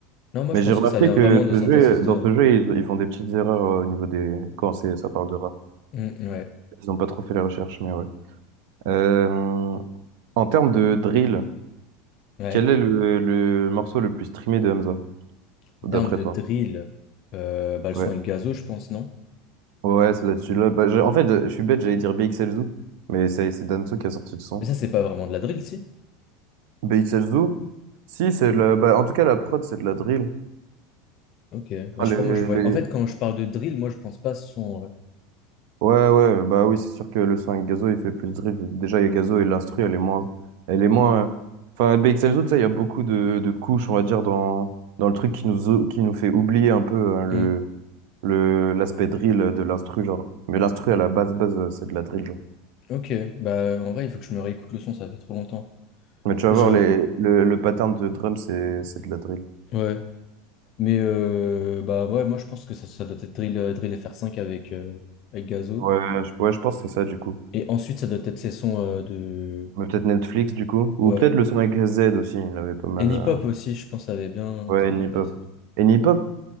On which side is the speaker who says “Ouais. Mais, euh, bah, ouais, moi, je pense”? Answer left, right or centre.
Left